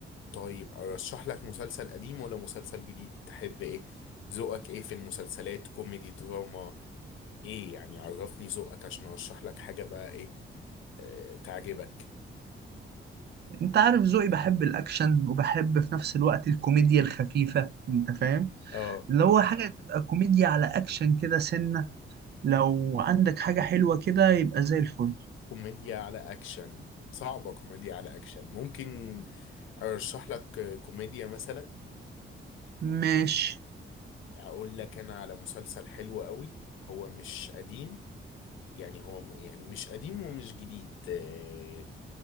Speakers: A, on the left (about 75°); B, on the right (about 55°).
A: طيب ارشح لك مسلسل قديم ولا مسلسل جديد تحب ايه ذوقك ايه في المسلسلات كوميدي دراما ايه يعني عرفني ذوقك عشان ارشح لك حاجة بقى ايه آه تعجبك
B: انت عارف ذوقي بحب الاكشن وبحب في نفس الوقت الكوميديا الخفيفة انت فاهم
A: اه
B: اللي هو حاجة تبقى كوميديا على اكشن كده سنة لو عندك حاجة حلوة كده يبقى زي الفل
A: كوميديا على اكشن صعبة كوميديا على اكشن ممكن ارشح لك آه، كوميديا مثلا
B: ماشي
A: اقول لك انا على مسلسل حلو قوي هو مش قديم يعني هو م- يعني مش قديم ومش جديد آه،